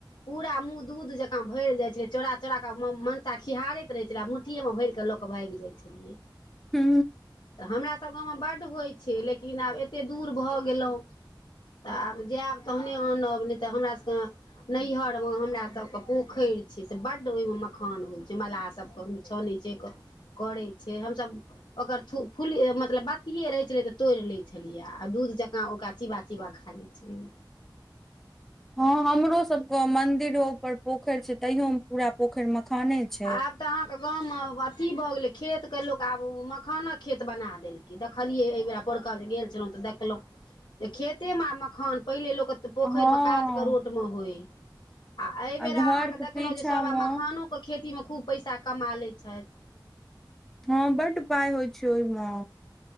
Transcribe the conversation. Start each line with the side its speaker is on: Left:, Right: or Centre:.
Left: पूरा मुँह दूध जकाँ भरि जाइत छल चौरा चोरा के मनसा खिहारैत रहै छल कुट्टीएमे भरिकऽ लऽ कऽ भागि जाइ छलियै
Centre: हू
Left: हमरा सब गावममे बड्ड होइ छै लेकिन आब एतेक दूर भऽ गेलहुँ तऽ आब जायब तहने आनब नहि तऽ हमरासके नैहियर मे हमरा सबके पोखरि छै से बड ओहिमे मखान होइ छै मलाह सब के छ नहि छै करै छै हमसभ ओकर फूल मतलब बत्तियए रहै छलै तऽ तोड़ि लैत छलियै आ दूध जकाँ ओकरा चिबा चिबा खा लै छै
Centre: हँ हमरो सब के मंदिरो ऊपर पोखरि छै तैयो में पूरा पोखरि मखाने छै
Left: आब तऽ अहाँके गाममे अथी भऽ गेलै खेतके लोक आब मखानक खेत बना देलकै देखलियै एहि बेर पैरका जे गेल छलहुँं तऽ देखलहुँ जे खेते मे आ मखान पहिले लोक तऽ पोखरि
Centre: हँ
Left: मे कात करोट मे होइ आ एहिबर
Centre: घर
Left: अहाँके
Centre: के पीछा
Left: देखलो जे सब
Centre: में
Left: आ मखानो खेतीमे खूब पैसा कमा लै छथि
Centre: हँ बड पाय होइ छै ओहिमे